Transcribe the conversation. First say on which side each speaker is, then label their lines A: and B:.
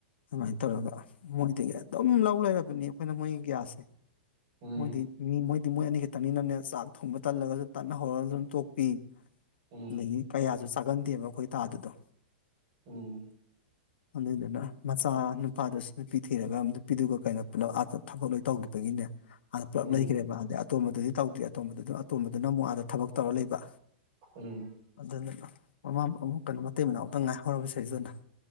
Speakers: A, on the left; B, on the right.
A: ꯑꯗꯨꯃꯥꯏꯅ ꯇꯧꯔꯒ ꯃꯣꯏꯗꯒꯤ ꯑꯗꯨꯝ ꯂꯧ ꯂꯩꯔꯕꯅꯤ ꯑꯩꯈꯣꯏꯅ ꯃꯣꯏꯒꯤ ꯒ꯭ꯌꯥꯁꯁꯦ
B: ꯎꯝ
A: ꯃꯣꯏꯗꯤ ꯃꯤ ꯃꯣꯏꯗꯤ ꯃꯣꯏ ꯑꯅꯤ ꯈꯛꯇꯅꯤꯅꯅꯦ ꯆꯥꯛ ꯊꯣꯡꯕ ꯇꯜꯂꯒꯁꯨ ꯇꯠꯅ ꯍꯧꯔꯒ ꯑꯗꯨꯝ ꯇꯣꯛꯄꯤ
B: ꯎꯝ
A: ꯑꯗꯒꯤ ꯀꯌꯥꯁꯨ ꯆꯥꯒꯟꯗꯦꯕ ꯑꯩꯈꯣꯏ ꯇꯥꯗꯨꯗꯣ
B: ꯎꯝ
A: ꯑꯗꯨꯏꯗꯨꯅ ꯃꯆꯥ ꯅꯨꯄꯥꯗꯨꯁꯨ ꯅꯨꯄꯤ ꯊꯤꯔꯒ ꯅꯨꯄꯤꯗꯨꯒ ꯀꯩꯅꯣ ꯄꯨꯂꯞ ꯑ ꯊꯕꯛ ꯂꯣꯏ ꯇꯧꯈꯤꯕꯒꯤꯅꯦ ꯑꯗ ꯄꯨꯂꯞ
B: ꯎꯝ
A: ꯂꯩꯈ꯭ꯔꯦꯕ ꯑꯇꯣꯝꯕꯗꯗꯤ ꯇꯧꯗ꯭ꯔꯤ ꯑꯇꯣꯝꯕꯗ ꯑꯇꯣꯝꯕꯗꯨꯅ ꯑꯃꯨꯛ ꯑꯥꯗ ꯊꯕꯛ ꯇꯧꯔ ꯂꯩꯕ
B: ꯎꯝ
A: ꯑꯗꯨꯗꯨꯅ ꯃꯃꯥ ꯑꯃꯨꯛ ꯀꯩꯅꯣ ꯃꯇꯩ ꯃꯅꯥꯎ ꯑꯃꯛꯇꯪ ꯉꯥꯏꯍꯧꯔꯕꯁꯗꯅ